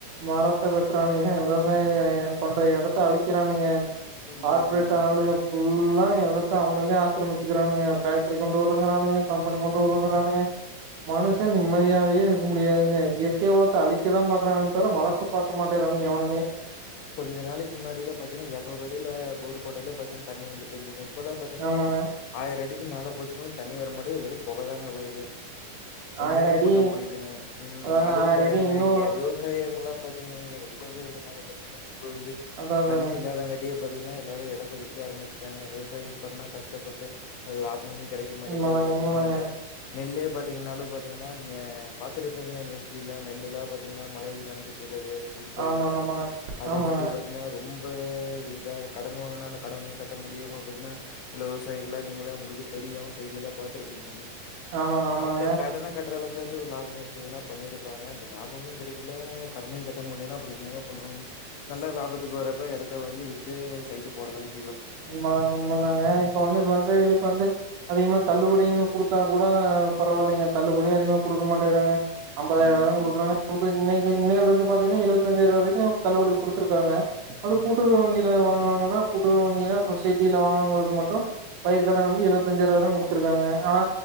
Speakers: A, on the right (about 80°); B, on the left (about 85°).
A: மரத்த வெட்றானுங்க விவசாய இத ஏ பண்ற எடத்த அழிக்கிறானுங்க
B: ம்.
A: கார்ப்ரேட் ஆளுக ஃபுல்லா ஆ எடத்த அவனுங்களே ஆக்கிரமிச்சுக்கிறாணுங்க ஃபேக்ட்ரி கொண்டு வருங்குறாணுங்க கம்பெனி கொண்டு வருவங்கறாணுங்க மனுஷன் நிம்மதியாவே இருக்க முடியாதுங்க இயற்கை வளத்த அழி க்கதா பாக்குறானே தவர வளக்க பாக்க மாட்டேங்குறாணுங்க எவனுமே
B: கொஞ்ச நாளக்கி முன்னாடிலா பாத்தின்னா எறநூறடில போர் போட்டாலே பாத்திங் தண்ணி வந்துட்டு <unintelligible> இப்பல்லா பாத்தீன்னா
A: ஆமாங்க
B: ஆயிர அடி <unintelligible> மேல போச்சீனாலு தண்ணி வர மாட்டுது வெறு பொகதாங்க வருது ஒன்னுமே
A: ஆயிர அடி
B: பண்ண முடிலைங்க ம்
A: அதாங்க
B: அதுவு
A: ஆயிர
B: பாத்தீங்கன்னா
A: அடி இன்னொரு
B: இங்க விவசாயமலா பாத்தீங்கன்ன வைங்க ரொம்பவே இதனால பாத் ஆ ப வந்து
A: அதா அதாங்க
B: தண்ணீ இல்லாதங்காட்டி பாத்தீங்னா எல்லாரு எடத்த விக்கா ஆரம்முச்சுட்டாங்க விவசாயி பண்ணா கஷ்டப்பட்டு லாபமு கெடைக்கிங் மாட்டேகிது
A: உண்மதாங்க
B: பாத்தீனா
A: உண்மதாங்க
B: அந்த நெல்லே பாத்தீங்கனாலு பாத்தீங்கனா நீங்க பாத்துருப்பீங்க நியூஸ்லிலா நெல்லுலா பாத்தீங்னா மழயில் நனச்சுட்ருக்கு வே நெல்பயிர்லா
A: ஆமாங்க ஆமாங்க
B: அதுங்காட்டி
A: ஆமாங்க
B: பாத்தீனா ரொம்பா இதாரு கடன் வாங்குனா அந்த கடனையு கட்ட முடியாம பாத்தீங்னா சில விவசாயிகளா நீங்கலே உங்குளுகே தெரியு செய்தியல்லா பாத்துருப்பீங்கன்
A: ஆமாங்க ஆமாங்க
B: அந்த கடன கட்றளவு காச்சு ஒரு லாபோ கெடச்சுதுனா பண்ணீருப்பாங்க அந்த லாபமு கெடைக்கிலா கடனையு கெட்ட முல்லேயினா அப்பறோ என்னங்கா பண்வாங்க நல்லா லாபத்துக்கு வரப்பா எடத்த வாங்கி வித்து சைட்டு போடதாங்
A: உண்மதா உண்மதாங்கே இப்ப வந்து சாயிகளுக் வந்து அதிகமா தள்ளுபடியினு குடுத்தா கூட பருவாலிங்க தள்ளுபடியு அதிகமா குடுக்கு மாட்டேகறாங்கே அம்பதாயருவாதா
B: ம்.
A: குடுக்குறாங்க <unintelligible> இன்னேலிருந்து பாத்தீங்னா எழுவத்தஞ்சாயரொ வரைக்கு தள்ளுபடி குடுத்துருக்காங்க அது
B: ம்,
A: கூட்டுறவு
B: ம்.
A: வங்கில வாங்னௌங்கனா கூட்டுறவு வங் ஏதோ ஒரு சொசைட்டில வாங்கனவங்களுக்கு மட்டும் பயிர்கடன் வந்து எழுவத்தஞ்சாயிர ரூவா தான் குடுத்திருக்காங்க ஆனா